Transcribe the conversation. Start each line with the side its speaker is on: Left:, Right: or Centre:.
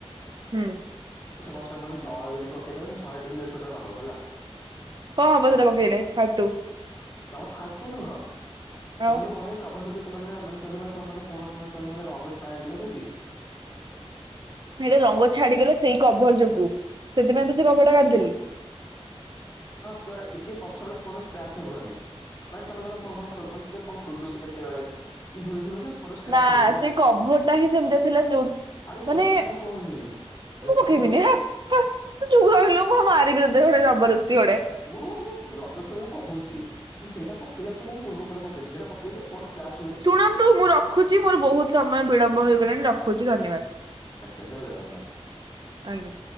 Right: ହୁଁ।
Left: ତ ସେ ପଛରେ ମାନେ ଚଉଁରୀ ପକେଇଦବ ସେ ଶହେ ଟଙ୍କା କି ଦେଢଶ ଟଙ୍କା ନବ ହେଲା।
Right: କଁ ହବ ସେଇଟା ପକେଇଲେ ଫାଲ୍ ତୁ।
Left: ତମେ ଫାଲ୍ ତୁ ନୁହଁ। ତମେ
Right: ଆଉ
Left: ଯୋଉ କହୁନ କି କଭର ପାଖେ ସେମାନେ ମାନେ ତେେ <inaudible> ରଙ୍ଗ ଛାଡ୍ ଯାଉନି କି
Right: ହେଲେ ରଙ୍ଗ ଛାଡିଗଲା ସେଇ କଭର୍ ଯୋଗୁ ସେଥିପାଇଁ ତ ସେ କଭର୍ ଟା କାଢିଦେଲି।
Left: ହଁ ତ ସିଏ ପଛ ଆଡ଼ୁ ଫୋନ୍ ର ସ୍କ୍ରାଚ୍ ହବନି। ମାନେ ତମେ ଧର ଫୋନ୍ ଫୋନ୍ ଖୋ ମାନେ ତମେ ଫୋନ୍ ଖୋଲି ଦଉଚ କେତେବେଳେ କି ଧୁଳି ଫୁଳି ପଶିବନି। ଫୋନ୍ ସ୍କ୍ରାଚ୍
Right: ନା
Left: ହବନି ବା
Right: ସେ କଭର ଟା ହିଁ ସେମିତିଆ ଥିଲା ଯୋଉ
Left: ଆରେ
Right: ମାନେ
Left: ସେ କଥା ମୁଁ କହୁନି। ରେଷମ
Right: ମୁଁ ପକେଇବିନି
Left: ଯୁଉ। <inaudible>
Right: ହେ ହେ ତୁ ଚୁପ୍ ରହିଲୁ ମୁଁଁ ମାରିବି ତତେ ଗୋଟେ ଜବରଦସ୍ତି ଗୋଡେ।
Left: ମୁଁଁ ମୁଁ ଗ୍ରବେଶ୍ୱରୁ କହୁଚି କି ସେଇଟା ପକେଇଲା ଯେ ମୁଁଁ ମୋ ପୂର୍ବ ପରେ ପକେଇଥିଲି ଏଇଟା ପ କିନ୍ତୁ ଫୋନ୍ ସ୍କ୍ରାଚ୍ ହୁଏ
Right: ଶୁଣନ୍ତୁ ମୁଁ ରଖୁଚି ମୋର ବହୁତ ସମୟ ବିଳମ୍ବ ହେଇଗଲାଣି ରଖୁଚି ଧନ୍ୟବାଦ।
Left: କେତେ ହଜାର ଟଙ୍କା?
Right: ଆଜ୍ଞା।